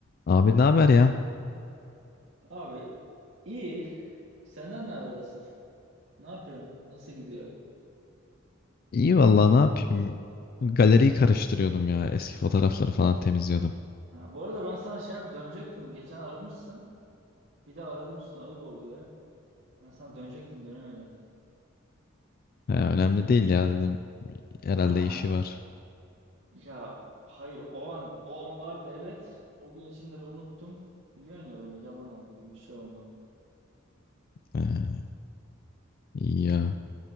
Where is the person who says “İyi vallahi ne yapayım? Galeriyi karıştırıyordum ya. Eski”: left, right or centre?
Left